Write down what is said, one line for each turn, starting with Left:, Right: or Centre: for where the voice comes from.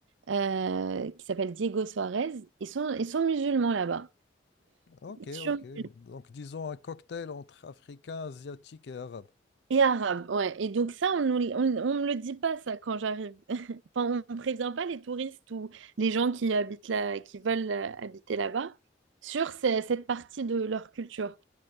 Right: euh, qui s'appelle Diego Suarez, ils sont, ils sont musulmans là-bas.
Left: Ok,
Right: Ils sont
Left: ok.
Right: musulmans
Left: Donc, disons un cocktail entre africain, asiatique et arabe.
Right: Et arabes, ouais. Et donc ça, on ne on, on me le dit pas, ça, quand j'arrive. <laughs> Enfin, on ne prévient pas les touristes ou les gens qui habitent là, qui veulent euh, habiter là-bas sur ce- cette partie de leur culture.